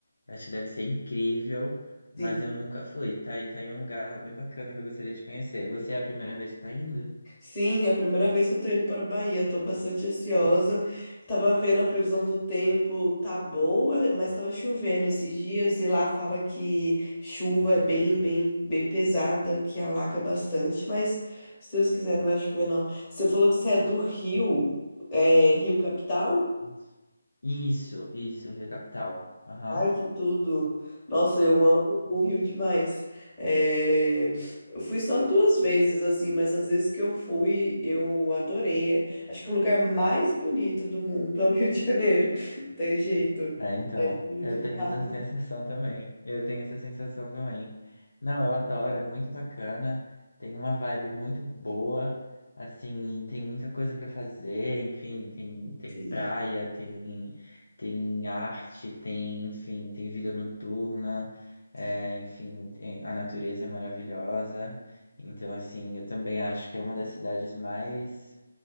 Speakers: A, on the left (about 70°); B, on the left (about 20°).
A: Eu Acho que deve ser incrível, mas
B: sim.
A: eu nunca fui. Tá aí, tá aí um lugar bem bacana que eu gostaria de conhecer. Você é a primeira vez que tá indo?
B: Sim, é a primeira vez que eu tô indo para a Bahia, tô bastante ansiosa. Tava vendo a previsão do tempo, tá boa, mas tava chovendo esses dias e lá fala que chuva é bem, bem, bem pesada, que alaga bastante, mas se Deus quiser não vai chover não. Você falou que você é do Rio, é Rio Capital?
A: Isso, isso, isso, Rio Capital. Aham.
B: Ai, que tudo! Nossa, eu amo o Rio demais. É, Eu fui só duas vezes, assim, mas as vezes que eu fui, eu adorei. É, Acho que o lugar mais bonito do mundo é o Rio de Janeiro. <laughs> Não tem jeito.
A: É, então,
B: É lindo
A: eu
B: demais.
A: tenho essa sensação também. Eu tenho essa sensação também. Não, eu adoro, é muito bacana. Tem uma vibe muito boa. Assim, tem muita coisa pra fazer. Enfim, tem, tem
B: Sim,
A: praia, tem, tem arte, tem, enfim, tem vida noturna. é,
B: sim.
A: enfim, tem- a natureza é maravilhosa. Então, assim, eu também acho que é uma das cidades mais,